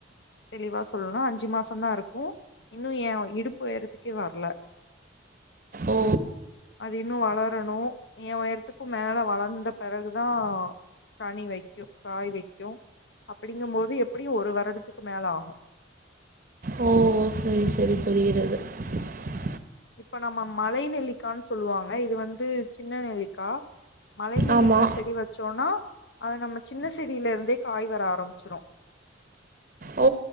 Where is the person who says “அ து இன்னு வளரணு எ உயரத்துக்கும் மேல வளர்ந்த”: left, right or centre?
Left